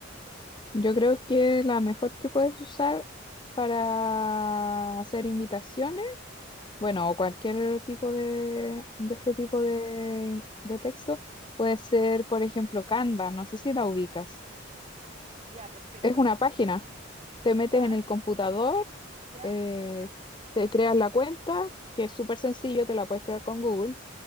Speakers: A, on the left; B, on the right.
A: Yo creo que la mejor que puedes usar para hacer invitaciones, bueno, o cualquier tipo de, de este tipo de, de texto, puede ser, por ejemplo, Canva, no sé si la ubicas.
B: Ya, perfecto.
A: Es una
B: y-
A: página, te metes
B: Ya,
A: en el computador,
B: ya.
A: eh, te creas la cuenta, que es súper sencillo, te la puedes crear con Google.